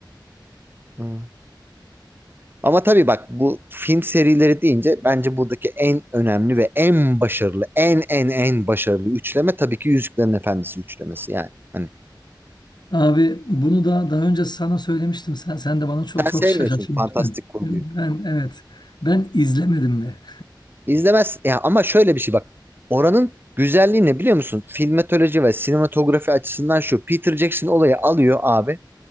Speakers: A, on the right; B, on the left.
A: Hı. Ama tabii bak bu film serileri deyince bence buradaki en önemli ve en başarılı, en en en başarılı üçleme tabii ki Yüzüklerin Efendisi üçlemesi yani. Hani
B: Abi bunu da daha önce sana söylemiştim. Sen sen de bana çok
A: sen
B: çok
A: sevmiyorsun
B: şaşırtmıştın.
A: fantastik kurguyu.
B: Ben evet. Ben izlemedim de.
A: İzlemez ya ama şöyle bir şey bak. Oranın güzelliği ne biliyor musun? Filmatoloji ve sinematografi açısından şu. Peter Jackson olayı alıyor abi.